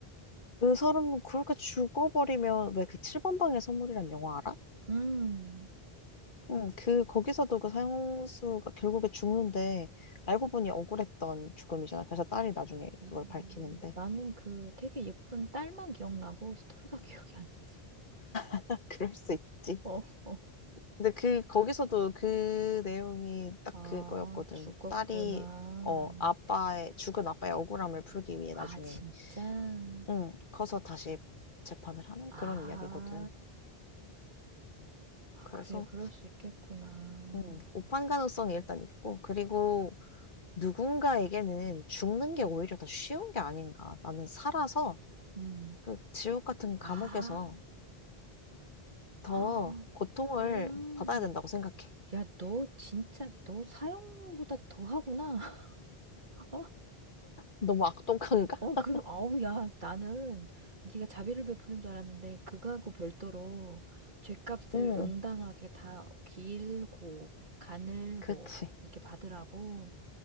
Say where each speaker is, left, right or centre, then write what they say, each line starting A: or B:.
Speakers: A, on the left; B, on the right.
A: 그 사람 그렇게 죽어버리면 왜 그 7번 방의 선물이란 영화 알아?
B: 음.
A: 응, 그 거기서도 그 사형수가 결국에 죽는데 알고 보니 억울했던 죽음이잖아. 그래서 딸이 나중에
B: 음,
A: 그걸 밝히는데
B: 나는 그 되게 예쁜 딸만 기억나고 스토리가 <laughs> 기억이 안 나서.
A: <laughs> 그럴 수 있지.
B: 어, 어.
A: 근데 그 거기서도 그 내용이 딱
B: 아,
A: 그거였거든.
B: 죽었구나.
A: 딸이 어 아빠의 죽은 아빠의 억울함을 풀기 위해
B: 아,
A: 나중에
B: 진짜?
A: 응 커서 다시 재판을 하는
B: 아,
A: 그런 이야기거든.
B: 아,
A: 그래서
B: 그래, 그럴 수 있겠구나.
A: 음, 오판 가능성이 일단 있고, 그리고 누군가에게는 죽는 게 오히려 더 쉬운 게 아닌가. 나는 살아서
B: 음.
A: 그 지옥 같은 감옥에서
B: 아. 아,
A: 더 고통을
B: 음.
A: 받아야 된다고 생각해.
B: 야, 너 진짜 너 사형보다 더 하구나. <laughs> 어,
A: 너무 악독한가?
B: 어, 그럼
A: <laughs>
B: 아우 야, 나는 네가 자비를 베푸는 줄 알았는데 그거하고 별도로 죗값을
A: 응,
B: 응당하게 다 길고 가늘고
A: 그렇지.
B: 이렇게 받으라고.